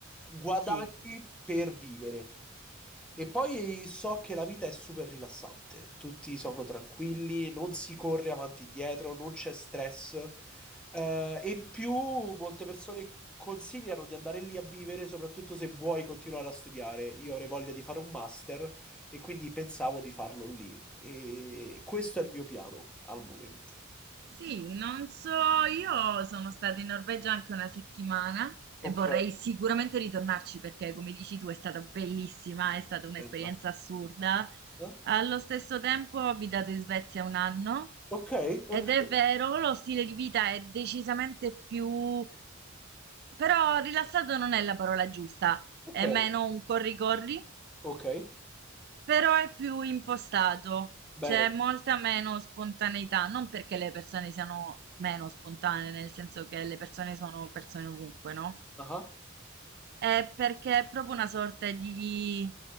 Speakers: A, in the centre; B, on the right.
A: guadagni
B: Sì.
A: per vivere. E poi so che la vita è super rilassante, tutti sono tranquilli, non si corre avanti e indietro, non c'è stress. Eh, e in più molte persone consigliano di andare lì a vivere, soprattutto se vuoi continuare a studiare. Io avrei voglia di fare un master, e quindi pensavo di farlo lì. E questo è il mio piano al momento.
B: Sì, non so, io sono stata in Norvegia anche una settimana e
A: Ok,
B: vorrei sicuramente ritornarci perché, come dici tu, è stata bellissima, è stata
A: aspetta.
B: un'esperienza assurda.
A: Eh?
B: Allo stesso tempo ho abitato in Svezia un anno
A: Ok, ok,
B: ed è vero, lo stile di vita è decisamente più... però rilassato non è la parola giusta,
A: ok,
B: è meno un corri-corri
A: ok,
B: però è più impostato,
A: bene.
B: c'è molta meno spontaneità, non perché le persone siano meno spontanee, nel senso che le persone sono persone ovunque, no?
A: Ah,
B: È perché è proprio una sorta di